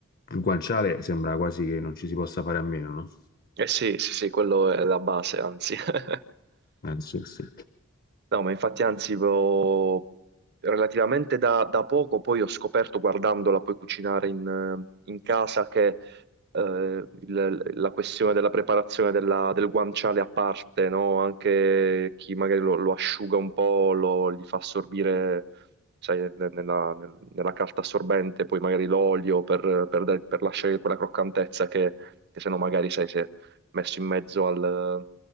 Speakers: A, on the left; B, on the right.
A: il guanciale sembra quasi che non ci si possa fare a meno, no?
B: Eh sì, sì, sì, quello è la base, anzi. <laughs>
A: Eh sì, sì.
B: No, ma infatti, anzi, vo- relativamente da, da poco poi ho scoperto, guardandola poi cucinare in, in casa, che eh, il- la questione della preparazione della- del guanciale a parte, no? Anche chi magari lo, lo asciuga un po', lo, gli fa assorbire, sai, nel- nella, nel- nella carta assorbente, poi magari l'olio per, per dare- per lasciare quella croccantezza che, che se no magari, sai, se messo in mezzo al-